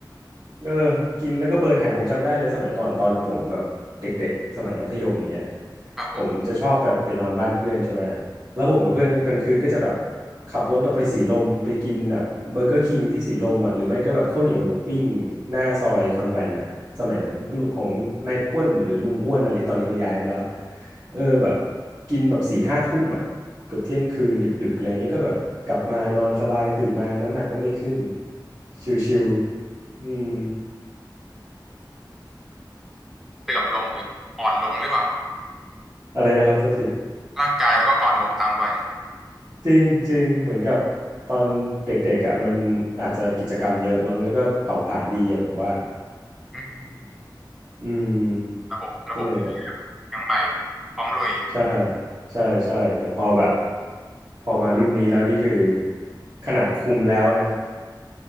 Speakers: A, on the right; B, in the centre.
A: เออกินแล้วก็เบิร์นหายผมจำได้เลยสมัยก่อนตอนผมแบบเด็กๆสมัยมัธยมอย่างเงี้ย
B: ครับผม
A: ผมจะชอบแบบไปนอนบ้านเพื่อนใช่ไหมแล้วผมกับเพื่อนก็กลางคืนก็จะแบบขับรถออกไปสีลมไปกินแบบเบอร์เกอร์คิงที่สีลมอ่ะหรือไม่ก็แบบข้าวเหนียวหมูปิ้งหน้าซอยคอนแวนต์อ่ะสมัยนั้นลุงของนายอ้วนหรือลุงอ้วนอะไรที่ตอนนี้เขาย้ายไปแล้วเออแบบกินแบบสี่ห้าทุ่มอ่ะเกือบเที่ยงคืนดึกๆอะไรเงี้ยก็แบบกลับมานอนสบายตื่นมาน้ำหนักก็ไม่ขึ้นชิวๆอืม
B: เสื่อมลงหรืออ่อนลงหรือเปล่า
A: อะไรนะครับโทษที
B: ร่างกายแล้วก็อ่อนลงตามวัย
A: จริงจริงเหมือนกับตอนเด็กๆอ่ะมันอาจจะกิจกรรมเยอะมั้งแล้วก็เผาผลาญดีอ่ะผมว่า
B: อืม
A: อืม
B: ระบบระบบ
A: ก็เลยแบบ
B: ยังใหม่พร้อมลุย
A: ใช่ใช่ใช่แต่พอแบบพอมารุ่นนี้แล้วนี่คือขนาดคุมแล้วนะ